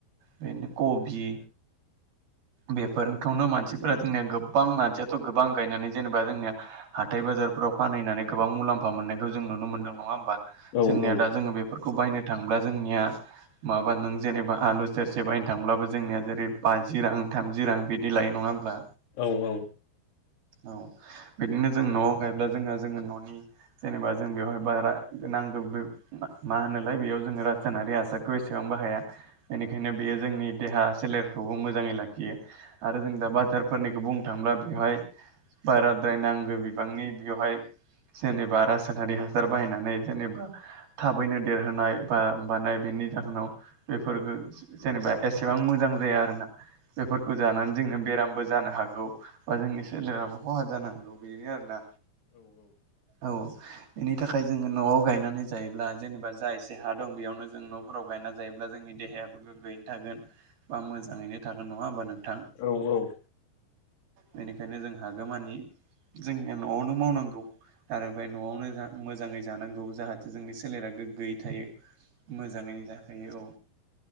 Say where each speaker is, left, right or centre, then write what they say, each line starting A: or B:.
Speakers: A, on the right; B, on the left.
A: बेनो कबि बेफोरखौनो मान मानसिफोरा जोंनिया गोबां मानसियाथ' गोबां गायनानै जेनेबा जोंनिया हाथाय बाजारफोराव फानहैनानै गोबां मुलाम्फा मोननायखौ जों नुनो मोनदों नङा होमबा
B: औ
A: जोंनिया दा जोङो बे फोरखौ बायनो थांब्ला जोंनिया माबा नों जेनेबा आलु सेरसे बायनो थांब्लाबो जोंनिया जेरै बाजि रां थामजि रां बिदि लायो नङा बा
B: औ औ।
A: औ बिदिनो जों न'आव गायब्ला जों जोङो न'नि जेनेबा जों बेवहाय बाजारा नांगौ। मा होनोलाय बेयाव जोङो राजथान्नारि हासारखौ एसेबां बाहाया बेनिखायनो बेयो जोंनि देहा सोलेरखौबो मोजाङै लाखियो आरो जों दा बा फोरनिखौ बुंनो थांला बेवहाय बाराद्राय नांगौ बिबांनि बेवहाय जेनेबा रासायनारि हासार बाहायनानै जेनेबा थाबैनो देरहोनाय बा मानाय बेनि जाहोनाव बेफोरफोरखौ जेनेबा एसेबां मोजां जाया आरो ना। बेफोरखौ जानानै जोंङनो बेरामबो जानो हागौ। बा जोंनि सोलेराबो खहा जानांगौ बेनो आरोना औ। बेनि थाखाय जोङो न'आव गायनानै जायोब्ला जेनेबा जा एसे हा दं बेयावनो जों न' फोराव गायना जायोब्ला जोंनि देहायाबो गोग्गोयैनो थागोन बा मोजाङैनो थागोन नङा होमबा नोंथां?
B: औ औ।
A: बेनिखायनो जों हागो मानि जोंनिया न'आवनो मावनांगौ। आरो ओमफ्राय न'आवनो मोजाङै जानांगौ जाहाथे जोंनि सोलेरा गोग्गोयै थायो। मोजाङैनो दाखायो औ